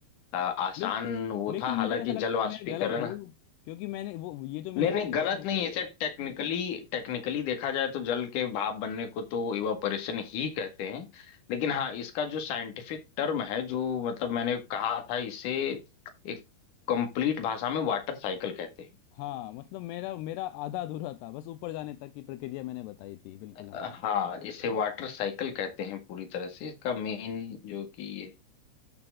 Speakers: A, on the left (about 55°); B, on the left (about 80°).
A: आ, आसान
B: ले,
A: वो
B: लेकिन
A: था हालांकि
B: मुझे ऐसा लगता
A: जल वाष्पीकरण
B: है मैं गलत हूँ क्योंकि मैंने वो ये जो मैंने
A: नहीं नहीं
B: प्रक्रिया
A: गलत नहीं इसे टेक्निकली टेक्निकली देखा जाए तो जल के भाप बनने को तो इवापोरेशन ही कहते हैं लेकिन हाँ इसका जो साइंटिफिक टर्म है जो मतलब मैंने कहा था इसे एक कंप्लीट भाषा में वाटर साइकिल कहते हैं
B: हाँ मतलब मेरा मेरा आधा अधूरा था बस ऊपर जाने तक की प्रक्रिया मैंने बताई थी बिल्कुल
A: अ,
B: हाँ
A: हाँ इसे वाटर साइकिल कहते हैं पूरी तरह से इसका मेन जो कि ये